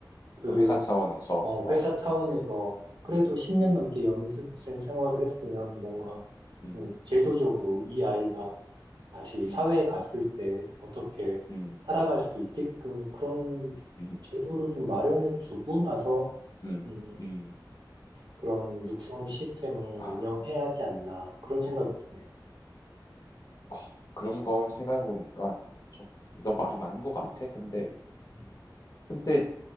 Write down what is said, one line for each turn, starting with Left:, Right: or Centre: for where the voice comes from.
Right: 그
Left: 그 회사 차원에서
Right: 어,
Left: 어,
Right: 회사 차원에서 그래도 10년
Left: 음,
Right: 넘게 연습생 생활을 했으면 뭔가
Left: 음,
Right: 좀 제도적으로 이 아이가 다시 사회에
Left: 음,
Right: 갔을 때 어떻게
Left: 음,
Right: 살아갈 수 있게끔 그런
Left: 음,
Right: 제도를 좀 마련해 주고 나서
Left: 음,
Right: 음,
Left: 음.
Right: 그런 육성 시스템을 운영해야
Left: 아,
Right: 하지 않나 그런 생각이 드네.
Left: 어, 그런 걸 생각해 보니까 너 말이 맞는 것 같아. 근데
Right: 음,
Left: 근데